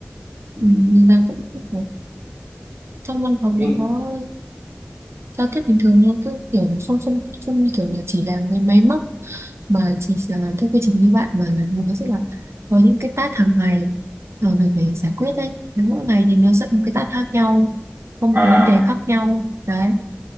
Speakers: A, on the right; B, on the right.
A: Ừ,
B: ừ, mình đang cũng không có- trong văn phòng
A: nhưng
B: thì có giao tiếp bình thường thôi cứ kiểu là không không không như kiểu là chỉ là mấy máy móc mà chỉ là cái quy trình như bạn mà là nó sẽ là có những cái task hàng ngày mà mình phải giải quyết đấy nếu mỗi ngày thì nó sẽ có một cái task khác nhau có một
A: à,
B: cái vấn đề khác nhau đấy